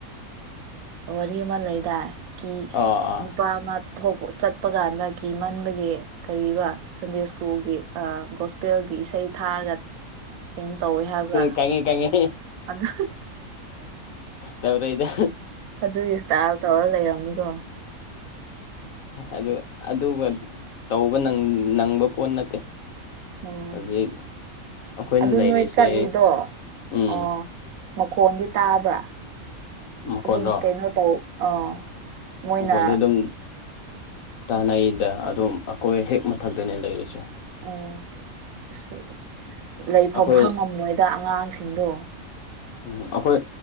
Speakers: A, on the right; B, on the left.
A: ꯋꯥꯔꯤ ꯑꯃ ꯂꯩꯗꯥ ꯀ
B: ꯑꯥ ꯑꯥ
A: ꯅꯨꯄꯥ ꯑꯃ ꯊꯣꯛ ꯆꯠꯄ ꯀꯥꯟꯗ ꯀꯤ ꯃꯟꯕꯒꯤ ꯀꯔꯤꯕ ꯁꯟꯗꯦꯁꯀꯨꯒꯤ ꯒꯣꯁꯄꯦꯜꯒꯤ ꯏꯁꯩ ꯊꯥꯔꯒ ꯀꯩꯅꯣ ꯇꯧꯋꯦ ꯍꯥꯏꯕ꯭ꯔꯥ
B: ꯀꯪꯉꯤ ꯀꯉꯤ
A: ꯑꯗꯨ
B: ꯇꯔ ꯏꯗ
A: ꯑꯗꯨꯒꯤ ꯏꯁꯇꯥꯏꯜ ꯇꯧꯔ ꯂꯩꯔꯝꯅꯤꯀꯣ
B: ꯑꯗꯨ ꯑꯗꯨꯒ ꯇꯧꯕ ꯅꯪꯕ ꯄꯣꯠ ꯅꯠꯇꯦ
A: ꯎꯝ
B: ꯍꯧꯖꯤꯛ ꯑꯩꯈꯣꯏꯅ
A: ꯑꯗꯨ
B: ꯂꯩꯔꯤꯁꯦ
A: ꯅꯣꯏ ꯆꯠꯂꯤꯗꯣ
B: ꯎꯝ
A: ꯑꯣ ꯃꯈꯣꯟꯗꯤ ꯇꯥꯕ꯭ꯔꯥ
B: ꯃꯈꯣꯟꯔꯣ
A: ꯑꯗꯨꯝ ꯀꯩꯅꯣ ꯇꯧ ꯑꯥ ꯃꯣꯏꯅ
B: ꯃꯈꯣꯟꯗꯤ ꯑꯗꯨꯝ ꯇꯥꯅꯩꯗ ꯑꯗꯨꯝ ꯑꯩꯈꯣꯏ ꯍꯦꯛ ꯃꯊꯛꯇꯅꯦ ꯂꯩꯔꯤꯁꯦ
A: ꯎꯝ ꯑꯁ ꯂꯩꯐꯝ
B: ꯑꯩꯈꯣꯏ
A: ꯈꯪꯉꯝ ꯅꯣꯏꯗ ꯑꯉꯥꯡꯁꯤꯡ ꯁꯤꯗꯣ
B: ꯎꯝ ꯑꯩꯈꯣꯏ